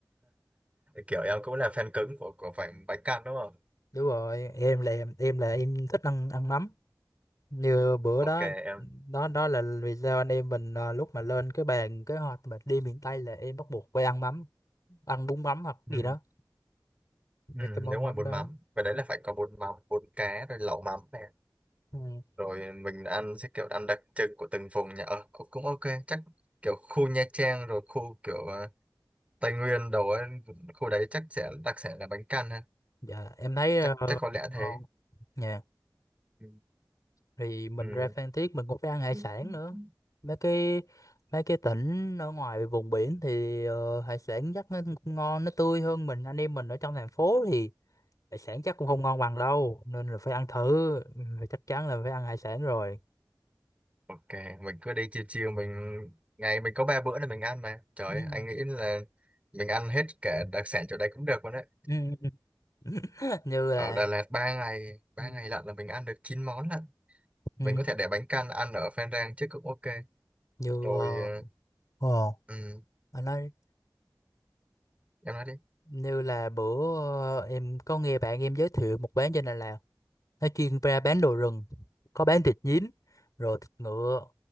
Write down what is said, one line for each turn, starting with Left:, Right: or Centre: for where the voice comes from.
Right: kiểu em cũng là fan cứng của của phải bánh căn đúng không?
Left: đúng rồi em là em em là em thích ăn ăn mắm như bữa
Right: Ok
Left: đó
Right: em.
Left: đó đó là vì sao anh em mình à, lúc mà lên cái bàn kế hoạch mà đi miền Tây là em bắt buộc phải ăn mắm ăn bún mắm hoặc gì
Right: ừ
Left: đó
Right: Ừ,
Left: mấy cái món
Right: nếu
Left: mắm
Right: ngoài bún
Left: đó
Right: mắm, và đấy là phải có bún mắm, bún cá, rồi lẩu mắm này.
Left: ừ.
Right: Rồi mình ăn sẽ kiểu ăn đặc trưng của từng vùng nhà ở. Cũng cũng ok, chắc kiểu khu Nha Trang rồi khu kiểu ờ, Tây Nguyên đồ ấy, khu đấy chắc sẽ đặc sản là bánh căn ha.
Left: dạ em thấy ờ,
Right: chắc chắc có
Left: ngon
Right: lẽ thế
Left: nha
Right: ừ.
Left: thì mình
Right: Ừ.
Left: ra Phan Thiết mình cũng phải ăn hải
Right: Ừ,
Left: sản
Right: ừ,
Left: nữa
Right: ừ.
Left: mấy cái mấy cái tỉnh ở ngoài vùng biển thì ờ, hải sản chắc nó cũng ngon nó tươi hơn mình anh em mình ở trong thành phố thì hải sản chắc cũng không ngon bằng đâu nên là phải ăn thử Ừ, chắc chắn là phải ăn hải sản rồi
Right: Ok, mình cứ đi chiều chiều mình ngày mình có ba bữa để mình ăn mà. Trời,
Left: <laughs>
Right: ơi, anh nghĩ là mình ăn hết cả đặc sản chỗ đây cũng được luôn đấy.
Left: Ừ. Ừ, ừ, ừ. <laughs> như là
Right: Ở Đà Lạt ba ngày, ba
Left: ừ,
Right: ngày lận là mình ăn được 9 món lận. Mình
Left: ừ,
Right: có thể để bánh căn ăn ở Phan Rang chứ cũng ok.
Left: như
Right: Rồi
Left: ờ,
Right: ờ,
Left: ờ,
Right: ừ,
Left: anh nói
Right: em nói đi.
Left: như là bữa ờ, em có nghe bạn em giới thiệu một quán trên Đà Lạt nó chuyên ra bán đồ rừng có bán thịt nhím rồi thịt ngựa